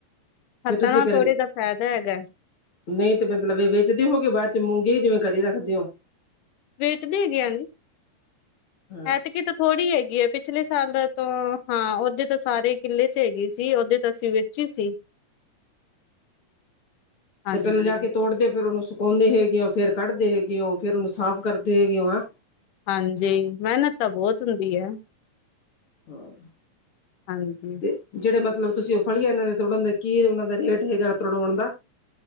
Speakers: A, on the left; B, on the left.
A: ਫਿਰ
B: ਹੱਥਾ
A: ਤੁਸੀਂ
B: ਨਾਲ ਥੋੜੀ
A: ਘਰੇ
B: ਦਾ ਫਾਇਦਾ ਹੈਗਾ।
A: ਨਹੀਂ, ਤੇ ਮਤਲਬ, ਇਹ ਵ ਬਾਅਦ ਚ ਮੂੰਗੀ ਜਿਵੇਂ ਕਰੀ ਰੱਖਦੇ ਹੋ।
B: ਵੇਚਦੇ ਹੈਗੇ, ਆਜੀ
A: ਅੱਛਾ
B: ਐਤਕੀ ਥੋੜ੍ਹੀ ਹੈਗੀ ਐ, ਪਿਛਲੇ ਸਾਲਾਂ ਤੋ ਹਾਂ ਉਹਦੇ ਤਾਂ ਸਾਰੇ ਕਿੱਲੇ ਚ ਹੈਗੀ ਸੀ। ਓਦੇ ਤਾਂ ਅਸੀਂ ਚੀ ਸੀ ਹਾਂਜੀ
A: ਜ ਪਹਿਲਾਂ ਜਾ ਕੇ ਤੋੜਦੇ। ਫਿਰ ਉਹਨੂੰ ਸੁਕਾਉਂਦੇ ਹੈਗੇ ਓ, ਫਿਰ ਕੱਢਦੇ ਹੈਗੇ ਓ, ਫਿਰ ਉਹਨੂੰ ਸਾਫ਼ ਕਰਦੇ ਹੈਗੇ ਓ ਆ
B: ਹਾਂਜੀ, ਮਿਹਨਤ ਤਾਂ ਬਹੁਤ ਹੁੰਦੀ ਹੈ।
A: ਹਾਂ।
B: ਹਾਂਜੀ।
A: ਤੇ, ਜਿਹੜੇ ਮਤਲਬ ਤੁਸੀਂ ਉਹ ਫਲੀਆਂ ਇਹਨਾਂ ਦੇ ਤੋੜਨ ਦਾ ਕੀ ਉਹਨਾਂ ਦਾ ਰੇਟ ਹੈਗਾ ਤੋੜਾਉਣ ਦਾ